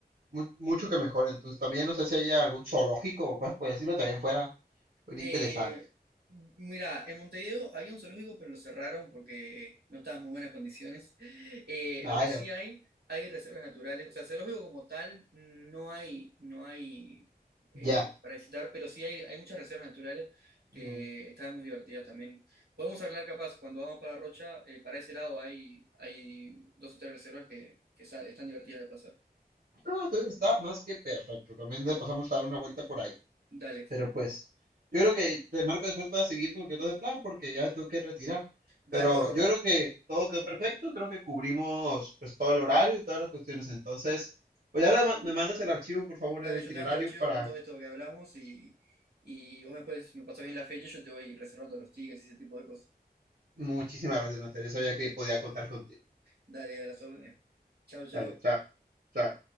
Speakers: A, on the right; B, on the right.
A: mu- mucho que mejor. Entonces también no sé si haya algún zoológico o cosas por decirlo, también fuera, fuera
B: Eh,
A: interesante.
B: mira, en Montevideo había un zoológico, pero lo cerraron porque no estaba en muy buenas condiciones. Eh,
A: Vaya,
B: lo que sí hay, hay reservas naturales. O sea, zoológico como tal, no hay, no hay eh,
A: ya.
B: para visitar, pero sí hay, hay muchas reservas naturales que
A: Mm.
B: están muy divertidas también. Podemos hablar capaz, cuando vamos para Rocha, eh, para ese lado hay, hay dos o tres reservas que, que sa- están divertidas de pasar.
A: No, entonces está más que perfecto. También le pasamos a dar una vuelta por ahí.
B: Dale,
A: Pero pues, yo creo que te marco después para seguir con lo que es lo de plan, porque ya me tengo que retirar.
B: dale,
A: Pero
B: bárbaro.
A: yo creo que todo quedó perfecto. Creo que cubrimos pues todo el horario y todas las cuestiones. Entonces, pues ya le ma- me mandas el archivo, por favor,
B: Dale,
A: el itinerario
B: yo te mando el archivo
A: para...
B: con todo esto que hablamos y, y vos después me pasás bien la fecha y yo te voy reservando los tickets y ese tipo de cosas.
A: Muchísimas gracias, Mateo. Yo sabía que podía contar contigo.
B: Dale, a las órdenes. Chao, chao.
A: Dale, chao. Chao.